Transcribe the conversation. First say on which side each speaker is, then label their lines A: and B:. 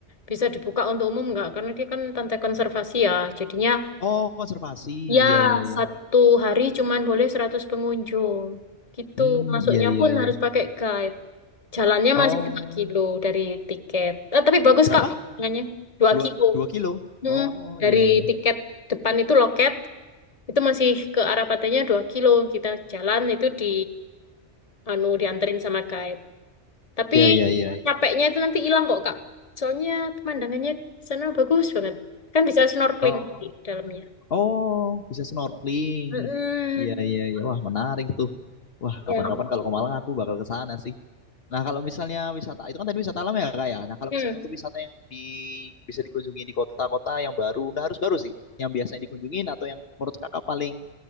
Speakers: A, on the left (about 35°); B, on the left (about 60°).
A: bisa dibuka untuk umum, nggak. Karena dia kan pantai konservasi ya. Jadinya
B: Oh, konservasi.
A: ya
B: Iya, iya, iya.
A: satu hari cuman boleh 100 pengunjung. Gitu.
B: Hmm,
A: Masuknya
B: iya, iya,
A: pun
B: iya.
A: harus pakai guide. Jalannya
B: Oh,
A: masih dua kilo dari tiket. Eh, tapi bagus
B: berapa?
A: Kak pemandangannya Dua
B: Dua,
A: kilo.
B: dua kilo.
A: Mm-mm.
B: Oh,
A: Dari
B: iya, iya.
A: tiket depan itu loket itu masih ke arah pantainya dua kilo. Kita jalan itu di anu dianterin sama guide. Tapi
B: Iya, iya, iya.
A: capeknya itu nanti hilang kok Kak. Soalnya pemandangannya di sana bagus banget. Kan bisa snorkeling
B: Oh,
A: di dalamnya.
B: oh, bisa snorkeling.
A: Mm-mm.
B: Iya, iya, iya. Wah, menarik tuh. Wah,
A: Ya.
B: kapan-kapan kalau ke Malang aku bakal ke sana sih. Nah, kalau misalnya wisata itu kan tadi wisata alam ya, Kak ya. Nah, kalau
A: Hmm.
B: misalnya untuk wisata yang di bisa dikunjungi di kota-kota yang baru, nah harus baru sih, yang biasanya dikunjungin atau yang menurut Kakak paling